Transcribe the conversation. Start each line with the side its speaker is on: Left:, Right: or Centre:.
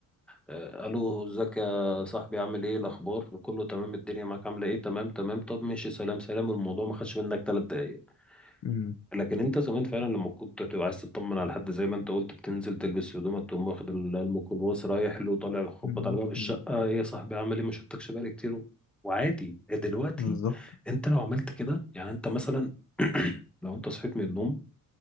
Centre: آه، ألو ازيك يا صاحبي عامل إيه الأخبار كله تمام الدنيا معاك عاملة إيه تمام تمام طب ماشي سلام سلام الموضوع ما خدش منك تلات دقايق
Left: أمم،
Centre: لكن انت زمان فعلا لما كنت تبقى عايز تطمن على حد زي ما انت قلت بتنزل تلبس هدومك تقوم واخد ال- الميكروباص رايح له طالع خبط
Left: أمم،
Centre: على باب الشقه
Left: أمم،
Centre: ايه يا صاحبي عامل ايه ما شفتكش بقالي كتير وعادي دلوقتي
Left: بالظبط
Centre: انت لو عملت كده يعني انت مثلا <clears throat> لو انت صحيت من النوم